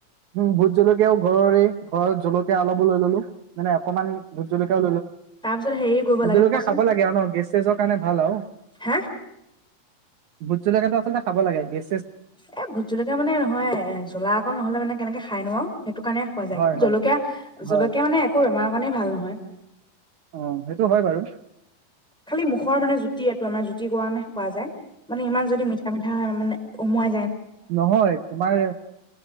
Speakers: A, on the right; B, in the centre.
A: উ বহুত কেতিৱাও ঘৰৰে ঘৰত জলত মানে অকমান ভূট জলকীয়া
B: তাৰ পিছত হেৰি কৰিব
A: ভূদলকীয়া
B: লাগে কোৱাচোন
A: খাব লাগে আৰু ন গেষ্ট চেছৰ কাৰণে ভাল আৰু
B: হা
A: ভুট জলকাটো <unintelligible> আচলতে খাব লাগে গে
B: এ', ভোট জলকীয়া মানে নহয় এ', জ্বলা অকণ নহলে মানে কেনেকে খাই নো আৰু সেইটো কাৰণে খোৱা যায়
A: হয় হয়
B: জলকীয়া-
A: হয়
B: -জলকীয়া মানে একো বেমাৰ, মানে ভাল নহয়।
A: অ', সেইটো হয় বাৰু।
B: খালি মুখৰ মানে জুতি এইটো আমাৰ জুতিৰ কৰাণে খোৱা যায়, মানে ইমান যদি মিঠা -মিঠা হয় মানে উম ', মই,
A: নহয় তোমাৰ